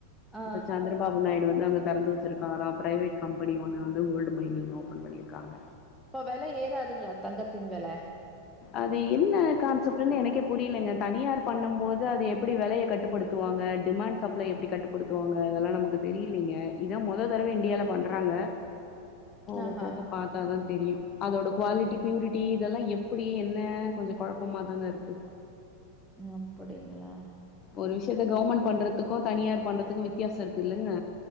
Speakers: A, in the centre; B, on the left (about 30°).
A: ஆ
B: இப்ப சந்திரபாபு நாயு டு வந்து அங்க தெறந்து வெச்சிருக்காரா பிரைவேட் கம்பனி ஒண்ணு வந்து கோல்டு மைனிங் ஓபன் பண்ணிருக்காங்க
A: இப்ப வெல ஏறாதுங்ளா தங்கத்தின் வெல
B: அது என்ன கான்செப்ட்ன்னு எனக்கே புரிலங்க தனியார் பண்ணம்போது அது எப்படி வெலைய கட்டுப்படுத்துவா ங்க டிமாண்ட் சப்ளை எப்டி கட்டுப்படுத்துவாங்க அதல்லா நமக்கு தெரியலீங்க இதா மொத தடவ இன்டியால பண்றாங்க போக
A: ஆஹா
B: போக பாத்தாதா தெரியு அதோட குவாலிட்டி பியூரிட்டி இதெல்லா எப் புடி என்ன கொஞ்சோ கொழப்பமாதாங்க இருக்கு
A: அப்படிங்களா
B: ஒரு விஷயத்த கவர்மெண்ட் பண்றதுக்கும் தனியார் பண்றதுக்கு தனியார் பண்றதுக்கு வித்தியாசோ இருக்குல்லங்க